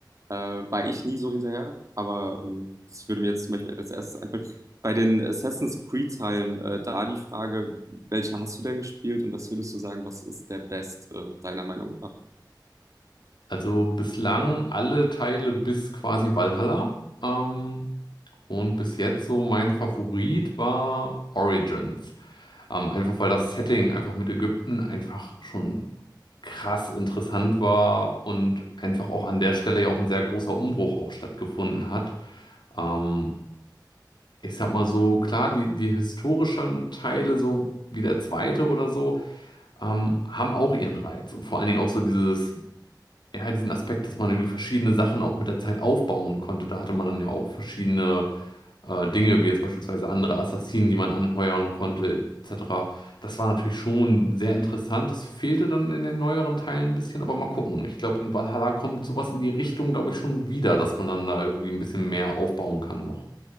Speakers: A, on the right (about 45°); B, on the left (about 75°).
A: Äh, war ich nie so hinterher, aber ähm, das würde mir jetzt zum Beispiel als erstes einfallen. Bei den Assassin's Creed-Teilen, äh, da die Frage, welche hast du denn gespielt und was würdest du sagen, was ist der Best, äh, deiner Meinung nach?
B: Also bislang alle Teile bis quasi Valhalla. Ähm, und bis jetzt so mein Favorit war Origins. Ähm, einfach weil das Setting einfach mit Ägypten einfach schon krass interessant war und einfach auch an der Stelle ja auch ein sehr großer Umbruch auch stattgefunden hat. Ähm, ich sag mal so, klar, die, die historischen Teile, so wie der zweite oder so, ähm, haben auch ihren Reiz. Und vor allen Dingen auch so dieses, ja, diesen Aspekt, dass man irgendwie verschiedene Sachen auch mit der Zeit aufbauen konnte. Da hatte man dann ja auch verschiedene äh, Dinge, wie jetzt beispielsweise andere Assassinen, die man anheuern konnte, etc. Das war natürlich schon sehr interessant. Das fehlte dann in den neueren Teilen ein bisschen, aber mal gucken. Ich glaube, in Valhalla kommt sowas in die Richtung, glaube ich, schon wieder, dass man dann da irgendwie ein bisschen mehr aufbauen kann noch.